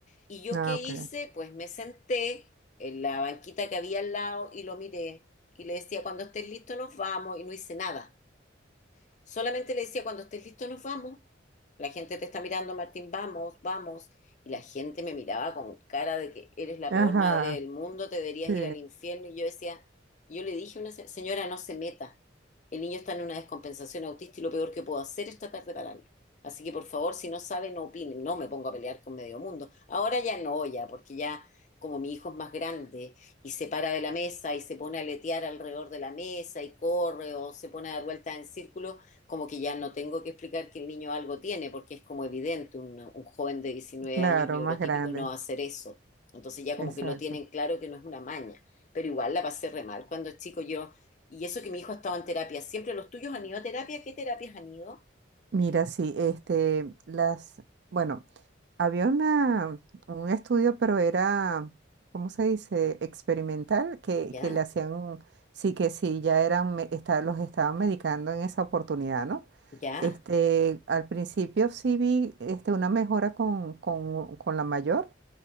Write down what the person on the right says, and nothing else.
Ah,
ok.
Ajá,
sí,
claro,
más grande,
exacto.
Mira, sí, este, las, bueno. Había una, un estudio, pero era, ¿cómo se dice? Experimental, que,
que le hacían, sí que sí, ya eran, me- está- los estaban medicando en esa oportunidad, ¿no?
Este, al principio sí vi este, una mejora con, con, con la mayor,